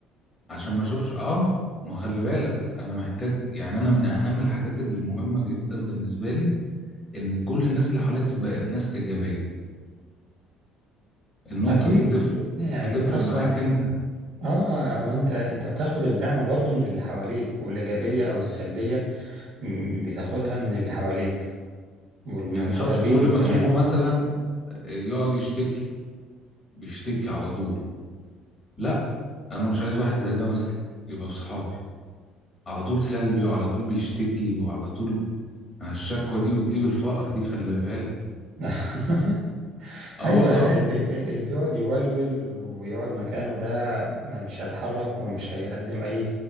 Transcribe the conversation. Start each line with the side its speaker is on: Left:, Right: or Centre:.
Left: عشان ما اشوفش اه ما خلي بالك انا محتاج يعني انا من اهم الحاجات المهمه جدا بالنسبه لي ان كل الناس اللي حواليا تبقى ناس ايجابيه النقطه
Right: أكيد
Left: دي بتفرق
Right: يعني
Left: بتفرق
Right: أصلا
Left: معاك انت
Right: آه وأنت أنت بتاخد الدعم برضو من اللي حواليك والإيجابية أو السلبية مم، بتاخدها من اللي حواليك والمقربين
Left: يعني شخص كل
Right: كمان
Left: ما تشوفه مثلا يقعد يشتكي بيشتكي على طول لا انا مش عايز واحد زي ده مثلا يبقى في صحابي على طول سلبي وعلى طول بيشتكي وعلى طول الشكوى دي بتجيب الفقر دي خلي بالك
Right: <laughs>
Left: اه
Right: أيوة
Left: والله
Right: اللي اللي بيقعد يولول ويقعد مكانه ده ما- مش هيتحرك ومش هيقدم أي